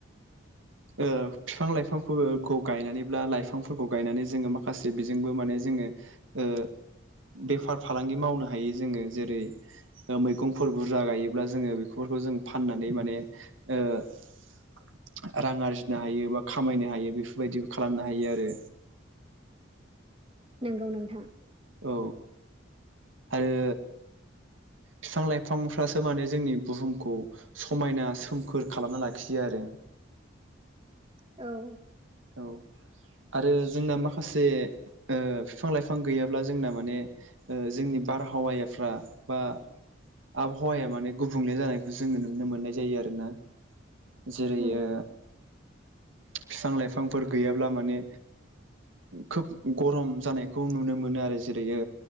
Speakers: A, on the right; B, on the right.
A: ओ फिफां लाइफांफोरखौ गायनानैब्ला लाइफांफोरखौ गायनानै जोङो माखासे बेजोंबो माने जोङो ओ बेफार फालांगि मावनो हायो जोङो जेरै मैगंफोर बुरजा गायोब्ला जोङो बेफोरखौ जों फाननानै माने ओ <inaudible> रां आरजिनो हायो बा खामायनो हायो बेफोरबायदिबो खालामनो हायो आरो
B: नंगौ नोंथां
A: औ आरो बिफां लाइफांफ्रासो माने जोंनि बुहुमखौ समायना सोमखोर खालामना लाखियो आरो <inaudible>
B: औ
A: औ आरो जोंना माखासे ओ बिफां लाइफां गैयाब्ला जोंना माने जोंनि बारहावायाफ्रा बा आबहावाया माने गुबुंले जानायखौ जोङो नुनो मोननाय जायो आरो ना। जेरै
B: नंगौ
A: ओ बिफां लाइ बिफांफोर गैयाब्ला ओ माने खोब गरम जानायखौ नुनो मोनो आरो जेरै ओ